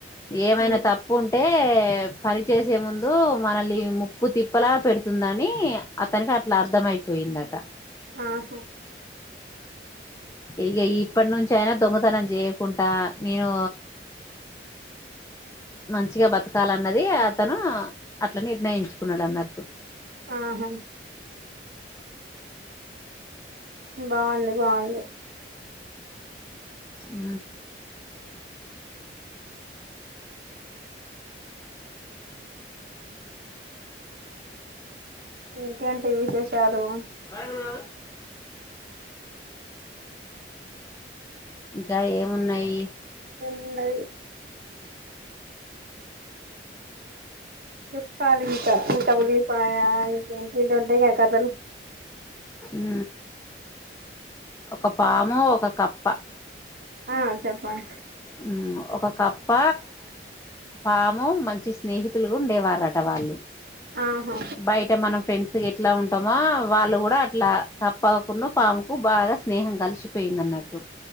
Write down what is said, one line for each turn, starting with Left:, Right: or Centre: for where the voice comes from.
Left: ఏమైనా
Right: ఉమ్
Left: తప్పు ఉంటే పని చేసే ముందు మనల్ని ముప్పు తిప్పలా పెడుతుందని అతనికి అట్లా అర్థ అయిపోయిందట
Right: ఆహా
Left: ఇగ ఇప్పటి నుంచి అయినా దొంగతనం చేయకుంటా నేను మంచిగా బతకాల అన్నది అతను అట్లా నిర్ణయించుకున్నాడు అన్నట్టు
Right: ఆహా బాగుంది బాగుంది
Left: హు
Right: ఇంకేంటి విశేషాలు
Left: వావా ఇంకా ఏమున్నాయి
Right: ఉన్నయి చెప్పాలింకా ఇంకా ఉల్లిపాయ ఇంటియేంటియో ఉంటయి గా కథలు
Left: హు ఒక పాము ఒక కప్ప
Right: ఆ చెప్పండి
Left: హు ఒక కప్ ప్ప పాము మంచి స్నేహితులుగా ఉండేవారట వాళ్ళు
Right: ఆహా
Left: బయట మనం ఫ్రెండ్స్ గా ఎట్లా ఉంటామో వాళ్ళు కూడా అట్లా కప్పకున్ను పాముకు బాగా స్నేహం కలిసిపోయింది అన్నట్టు